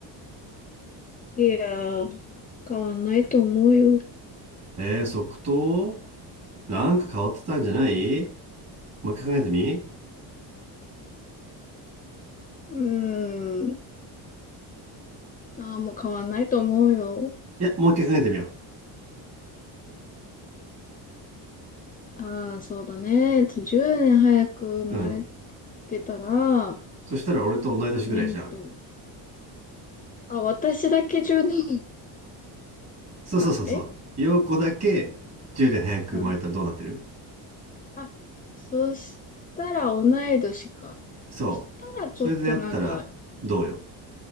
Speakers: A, on the left; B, on the right.
A: いやー、変わんないと思うよ。
B: えー、即答なんか変わってたんじゃないもう一回考えてみい
A: うーん。ああ、もう変わんないと思うよ。
B: やもう一回考えてみよ
A: ああ、そうだね。10年早く生まれ
B: ううん
A: てたら、
B: そしたら俺と同い年ぐらいじゃん
A: ミニと。あ、私だけ10年。
B: そうそうそうそう陽子だけ10年早く生まれたらどうなってる
A: あ、えあ、あ、そしたら同い年か。
B: そ
A: そしたらちょっとなんか、
B: うそれでやったらどうよ